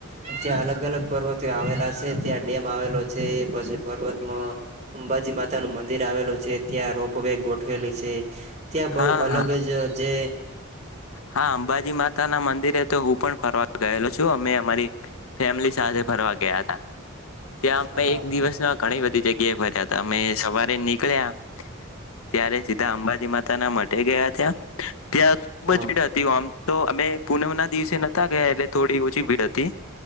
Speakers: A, on the right; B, on the left.
A: ત્યાં અલગ-અલગ પર્વતીયો આવેલા છે ત્યાં ડેમ આવેલો છે પછી પર્વતમાં અંબાજી માતા નું મંદિર આવેલું છે ત્યાં રો વે ગોઠવેલી છે ત્યાં બહ
B: હા
A: અલગ
B: હા
A: જ જે
B: હા અંબાજી મા પો ના મંદિરે તો હું પણ ફરવા ગયેલો છું અમે અમારી ફેમિલી સાથે ફરવા ગયા હતા. ત્યાં
A: હા
B: અમે એક
A: હા
B: દિવસમાં ઘણી બધી જગ્યા ફર્યા અમે સવારે નીકળ્યા ત્યારે સીધા અંબાજી માં તાના મ ગયા ત્યાં. ત્યા. બજી.
A: હા
B: મ તો અમે. પૂનમ ના દિવસે નતા ગયા એટલે થોડી. ભીડ હતી.